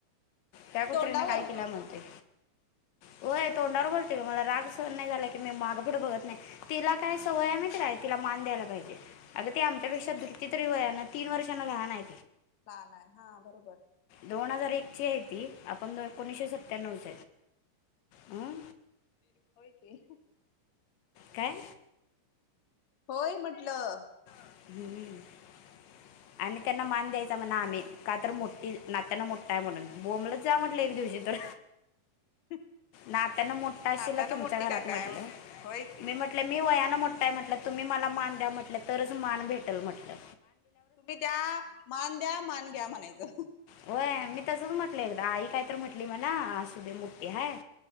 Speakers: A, on the left (about 85°); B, on the left (about 45°).
A: त्या कुत्रीनं
B: तोंडावर
A: काय केल्या म्हणतेय
B: <inaudible>
A: होय तोंडावर बोलते मला राग सहन नाही झालाय की मी माग पुढं बघत नाही तिला काय सवय आहे माहितेय काय तिला मान द्यायला पाहिजे अग ते आमच्यापेक्षा किती तरी वयान तीन वर्षांन लहान आहे
B: लहान आहे ना हा बरोबर
A: दोन हजार एक एक ची आहे ती आपण एकोणीशे सत्यानव्हच हाय
B: होय की
A: काय
B: होय म्हंटलं‌.
A: <unintelligible> आणि त्यांना मान द्यायचा म्हन आम्ही कातर मोठ्ठी नात्यान मोठाय म्हणून बोमलत जा म्हंटले जुजी तर
B: <inaudible>
A: नात्यान मोठा आसशिला
B: नाताना
A: तुमच्या
B: मोठी काय
A: घरात म्हंटले
B: काय म्हण होय की
A: मी म्हंटले मी वयान न मोठाय म्हंटलं तुम्ही मला मान द्या म्हंटलं तरच मान भेटल म्हंटलं.
B: तुम्ही द्या मान द्या मान घ्या म्हणायच.
A: होय मी तसंच म्हटले एकदा आई काय तर म्हंटली मला असुदे मोठ्ठी हाय.